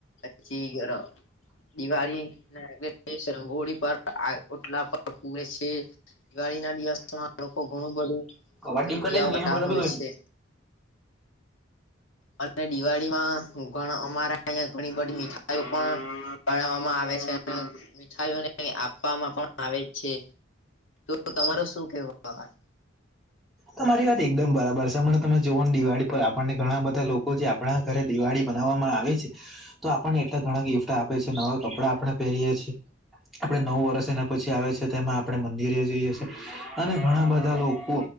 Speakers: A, on the left (about 75°); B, in the centre.
A: પછી ર દિવાળીના આગલા દિવસે રંગોળી બાર આ ઓટલા પર પૂરે છે. દિવાળીના દિવસમાં લોકો ઘણું બધું
B: અવાજ
A: ક્રિયાઓ
B: ડીમ કરી દે ને નહીં
A: કરતા
B: સાંભળે
A: હોય
B: તો કોઈ નહીં.
A: છે. અને દિવાળીમાં હું પણ અમારા અહીયાં ઘણી બધી મીઠાઈઓ પણ બનાવવામાં આવે છે. મીઠાઈઓને આપવામાં પણ આવે જ છે, તો તમારો શું કેવું આ વાત?
B: તમારી વાત એકદમ બરાબર છે, અમણે તમે જોઓને દિવાળી પર આપનને ઘણા બધાં લોકો જે આપણા ઘરે દિવાળી મનાવવામાં આવે છે. તો આપણને એટલા ઘણા ગિફ્ટ આપે છે, નવા કપડાં આપણે પહેરીએ છીએ. આપડે નવું વર્ષ એના પછી આવે છે, તેમાં આપણે મંદિરે જઈએ છએ. અને ઘણા બધા લોકો